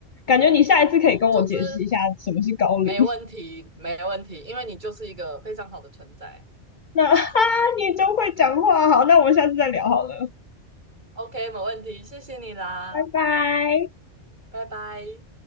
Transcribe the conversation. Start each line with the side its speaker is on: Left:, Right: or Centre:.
Left: 感觉你下一次可以跟我解释一下什么是高龄。
Right: 总之没问题，没问题，因为你就是一个非常好的存在
Left: 那哈，
Right: 啊。
Left: <laughs> 你真会讲话，好，那我们下次再聊好了，
Right: OK，没问题，谢谢你啦，
Left: 拜拜。
Right: 拜拜。